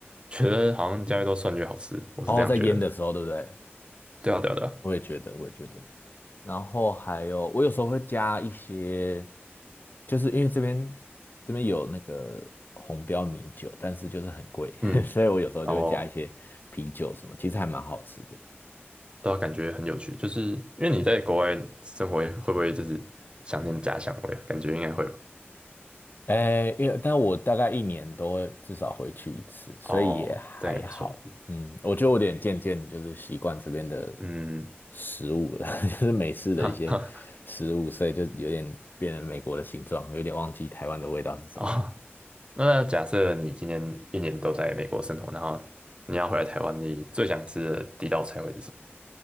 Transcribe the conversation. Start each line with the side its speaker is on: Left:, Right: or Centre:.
Right: 觉得好像加越多蒜越好吃，我是这样觉得。
Left: 哦，在腌的时候，对不对？
Right: 对啊，对啊，对啊，
Left: 我也觉得，我也觉得。然后还有，我有时候会加一些，就是因为这边这边有那个红标米酒，但是就是很贵，
Right: 嗯，
Left: <laughs> 所以我有时候就会加一些啤酒什么，
Right: 然后
Left: 其实还蛮好吃的。
Right: 都感觉很有趣，就是因为你在国外生活，会不会就是想念家乡味啊？感觉应该会吧。
Left: 哎，因为但我大概一年都会至少回去一次，所以也还好。
Right: 哦，这样也不错。
Left: 嗯，我觉得我有点渐渐就是习惯这边的
Right: 嗯，
Left: 食物了，<laughs> 就是美式的一些
Right: <laughs> 哈哈，
Left: 食物，所以就有点变成美国的形状，有点忘记台湾的味道是怎么样。
Right: 哦，那假设你今年一年都在美国生活，然后你要回来台湾，你最想吃的第一道菜会是什么？